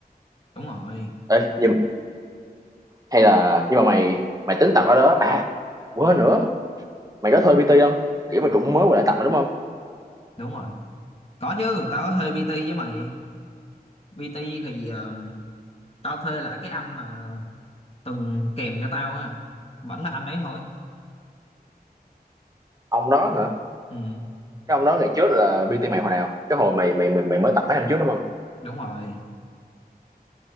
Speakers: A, on the left (about 40°); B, on the right (about 20°).
A: đúng rồi
B: Ê, nhưng hay là nhưng mà mày mày tính tập ở đó à quên nữa mày có thuê PT không kiểu mà cũng mới quay lại tập mà đúng không
A: đúng rồi có chứ tao có thuê PT với mày PT thì ờ, tao thuê lại cái anh mà từng kèm cho tao á vẫn là anh đấy thôi
B: ông đó hả
A: ừ.
B: cái ông đó ngày trước là PT mày hồi nào cái hồi mày mày mày, mày mới tập mấy năm trước đúng không
A: đúng rồi